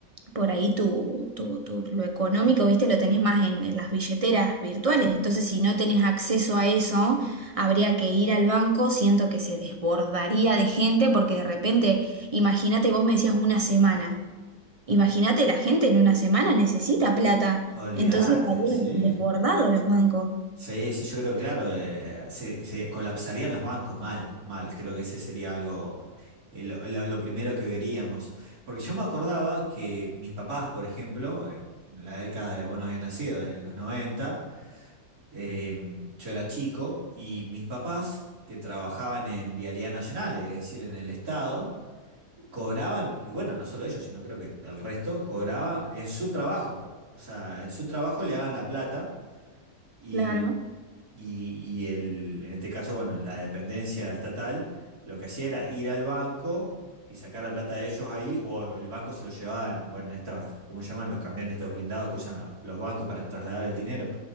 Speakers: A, on the right (about 35°); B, on the right (about 85°).
A: por ahí tu, tu, tu- lo económico, viste, lo tenés más en, en las billeteras virtuales. Entonces, si no tenés acceso a eso, habría que ir al banco. Siento que se desbordaría de gente porque de repente, imagínate, vos me decías una semana. Imagínate, la gente en una semana necesita plata.
B: Olvídate,
A: Entonces estarían
B: sí.
A: desbordados los bancos.
B: Sí, sí, yo creo, claro, eh, se, se colapsarían los bancos mal, mal. Creo que ese sería algo, eh, lo, lo- lo primero que veríamos. Porque yo me acordaba que mis papás, por ejemplo, eh, la década de, bueno, había nacido, de los noventa Em, yo era chico y mis papás, que trabajaban en Vialidad Nacional, es decir, en el Estado, cobraban, y bueno, no solo ellos, sino creo que el resto, cobraba en su trabajo. O sea, en su trabajo le daban la plata y,
A: Claro,
B: y, y el, en este caso, bueno, la dependencia estatal, lo que hacía era ir al banco y sacar la plata de ellos ahí, o el banco se lo llevaban, bueno, en bueno, estas, ¿cómo llaman? Los camiones, estos blindados que usan la- los bancos para trasladar el dinero.